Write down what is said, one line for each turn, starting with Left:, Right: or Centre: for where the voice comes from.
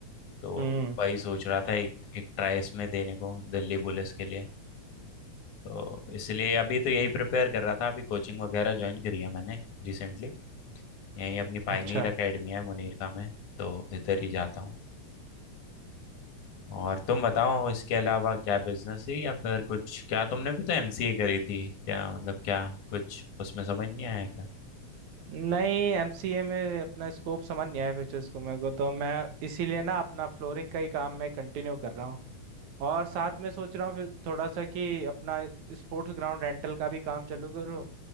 Left: तो
Right: हम्म
Left: वही सोच रहा था एक एक ट्राई इसमें देने को दिल्ली पुलिस के लिए तो इसलिए अभी तो यही प्रिपेयर कर रहा था अभी कोचिंग वगैरह ज्वाइन करी है मैंने रिसेंटली यही अपनी
Right: अच्छा
Left: पाइनियर एकेडमी है मुनीरका में तो इधर ही जाता हूँ और तुम बताओ इसके अलावा क्या बिजनेस है या फिर कुछ क्या तुमने भी तो एमसीए करी थी क्या मतलब क्या कुछ उसमें समझ नहीं आया क्या
Right: नहीं एमसीए में अपना स्कोप समझ नहीं आया फ्यूचर्स को मेरे को तो मैं इसीलिए ना अपना फ्लोरिंग का ही काम मैं कंटिन्यू कर रहा हूँ और साथ में सोच रहा हूँ फिर थोड़ा सा कि अपना स्पोर्ट्स ग्राउंड रेंटल का भी काम चालू करूँ